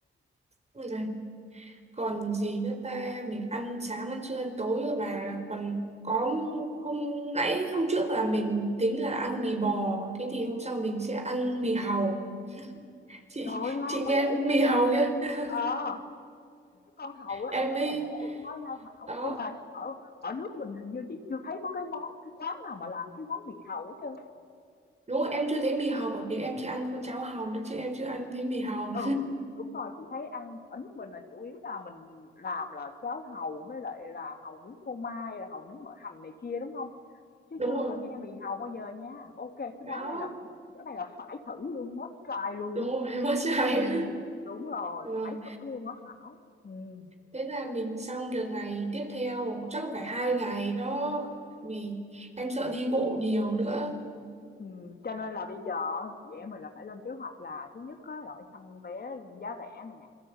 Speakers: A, on the right; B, on the left.
A: Ôi giời. còn gì nữa ta mình ăn sáng ăn trưa ăn tối rồi mà còn có hôm nãy hôm trước là mình tính là ăn mì bò thế thì hôm sau mình sẽ ăn mì hàu chị
B: Trời ơi, ngon
A: chị
B: quá
A: nghe
B: vậy!
A: mì hàu chưa <laughs>
B: Ờ, cái con hàu đó
A: em
B: ăn rất
A: mới
B: là bổ luôn á nha Thảo,
A: đó
B: nhưng mà ở ở nước mình hình như chị chưa thấy có cái món cái quán nào mà làm cái món mì hàu hết trơn á.
A: đúng rồi em chưa thấy mì hồng bởi vì em chỉ ăn con cháo hồng thôi chứ em chưa ăn thấy mì hồng
B: Ừ, đúng rồi, chị thấy ăn ở nước mình là chủ yếu là mình làm là cháo hàu với lại là hàu nướng phô mai, là hàu nướng mỡ hành này kia đúng không? Chứ
A: <laughs> đúng
B: chưa
A: rồi
B: có nghe mì hàu bao giờ nha. Ok, cái
A: đó
B: món này là cũng cái này là phải thử luôn, must try luôn
A: đúng
B: á.
A: rồi <laughs> em mất dạy
B: Ừm, đúng rồi,
A: <laughs> rồi
B: phải thử luôn á Thảo. Ừ.
A: thế là mình xong được ngày tiếp theo chắc phải hai ngày đó vì em sợ đi bộ nhiều nữa
B: Ừm, cho nên là bây giờ chị em mình là phải lên kế hoạch là thứ nhất á, là phải săn vé giá rẻ nè